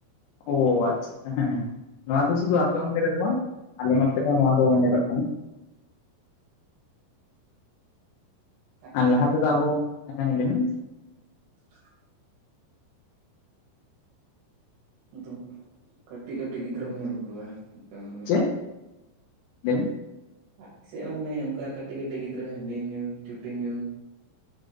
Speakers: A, on the left; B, on the right.
A: ᱚ ᱟᱪᱪᱷᱟ ᱦᱮᱸ ᱦᱮᱸ ᱱᱚᱣᱟ ᱫᱚ ᱥᱩᱫᱷᱩ ᱟᱯᱮ ᱚᱱᱛᱮ ᱨᱮᱫᱚ ᱵᱟᱝ ᱟᱞᱮ ᱱᱚᱱᱛᱮ ᱨᱮ ᱦᱚ ᱱᱚᱣᱟ ᱫᱚ ᱧᱮᱞᱚᱜ ᱠᱟᱱᱟ
B: ᱟᱯᱮ
A: ᱟᱨ
B: ᱥᱮᱫ
A: ᱞᱟᱦᱟ ᱛᱮᱫᱚ ᱟᱵᱚ ᱦᱮᱸ ᱞᱟᱹᱭ ᱵᱮᱱ
B: <inaudible> ᱟᱫ ᱠᱟᱹᱴᱤᱡ ᱠᱟᱹᱴᱤᱡ ᱜᱤᱫᱽᱨᱟᱹᱢ ᱧᱮᱞ ᱠᱚᱣᱟ ᱢᱟᱱᱮ
A: ᱪᱮᱫ ᱞᱮᱵᱤᱱ
B: ᱟᱞᱮ ᱥᱮᱫ ᱦᱚᱸ ᱢᱟᱱᱮ ᱚᱱᱠᱟ ᱠᱟᱹᱴᱤᱡ ᱠᱟᱹᱴᱤᱡ ᱜᱤᱫᱽᱨᱟᱹ ᱦᱟᱺᱰᱤ ᱧᱩ ᱪᱩᱴᱤ ᱧᱩ